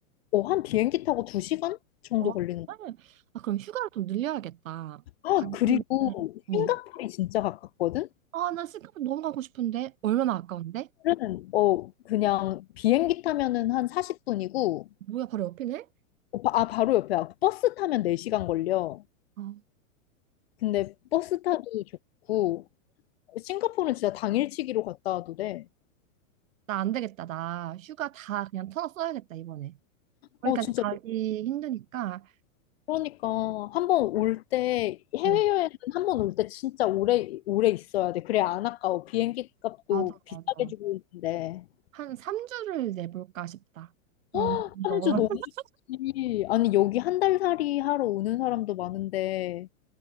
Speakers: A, on the left (about 50°); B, on the right (about 70°).
A: 어, 한 비행기 타고 두 시간 정도
B: 어,
A: 걸리는
B: 그래. 아, 그럼 휴가를 좀 늘려야겠다.
A: 거야.
B: 가기는.
A: 아, 그리고
B: 어.
A: 싱가포르이 진짜 가깝거든?
B: 아, 나 싱가포르 너무 가고 싶은데 얼마나 아까운데?
A: 그 어, 그냥 비행기 타면은 한 40분이고,
B: 뭐야, 바로 옆이네?
A: 아, 바로 옆이야. 버스 타면 4시간 걸려.
B: 아,
A: 근데 버스 타도 좋고, 싱가포르는 진짜 당일치기로 갔다 와도 돼.
B: 나 안 되겠다. 나 휴가 다 그냥 털어 써야겠다, 이번에. 거기까지
A: 어, 진짜
B: 가기 힘드니까.
A: 그러니까 한 번 올 때 해외여행은
B: 어,
A: 한 번 올 때 진짜 오래 오래 있어야 돼. 그래 안 아까워. 비행기 값도
B: 맞아,
A: 비싸게
B: 맞아.
A: 주고 있는데.
B: 한 3주를 내볼까 싶다. 그럼
A: 헉, 3주
B: 너 <laughs>
A: 너무 좋지. 아니 여기 한 달 살이 하러 오는 사람도 많은데